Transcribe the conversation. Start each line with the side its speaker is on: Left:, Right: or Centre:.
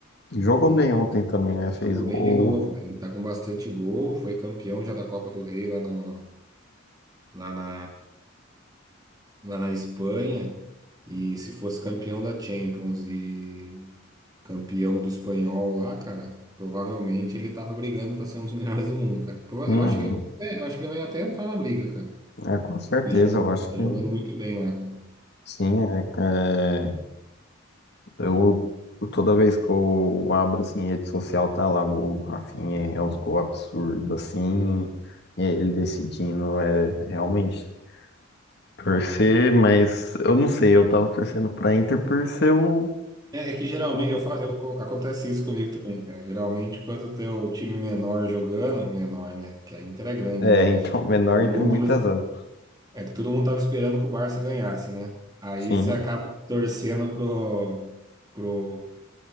Left: Jogou
Right: E
Left: bem ontem também, né? Fez
Right: jogou
Left: gol.
Right: bem de novo, né? Ele tá com bastante gol, foi campeão já da Copa do Rei lá, no, lá na lá na Espanha e se fosse campeão da Champions e campeão do espanhol lá, cara, provavelmente ele tava brigando pra ser um dos <laughs> melhores do mundo, cara. Prova-
Left: Uhum.
Right: Eu acho que ele vai, é, eu acho que ele vai até entrar na briga, cara.
Left: É, com certeza,
Right: Ele jogou,
Left: eu
Right: tá
Left: acho que.
Right: jogando muito bem lá, cara.
Left: Sim, é, é, eu toda vez que eu abro assim rede social tá lá gol do Rafinha, é uns gols absurdos assim, e ele decidindo é realmente torcer, mas eu não sei, eu tava torcendo pra Inter por ser o,
Right: É, é que geralmente
Left: o-
Right: eu, fa- eu co- acontece isso comigo também, cara. Geralmente quando tem o time menor jogando, menor, né? Que a Inter é grande,
Left: é,
Right: né? Mas
Left: então <laughs> menor
Right: todo
Left: entre
Right: mundo
Left: muitas
Right: tava,
Left: aspas.
Right: é que todo mundo tava esperando que o Barça ganhasse, né? Aí
Left: Sim.
Right: você acaba torcendo pro, pro